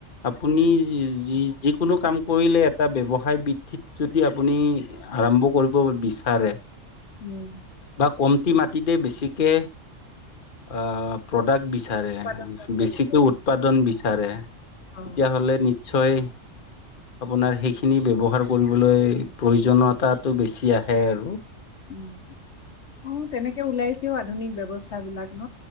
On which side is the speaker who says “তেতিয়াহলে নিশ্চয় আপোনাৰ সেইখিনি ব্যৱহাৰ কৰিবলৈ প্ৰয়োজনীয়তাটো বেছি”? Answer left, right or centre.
Left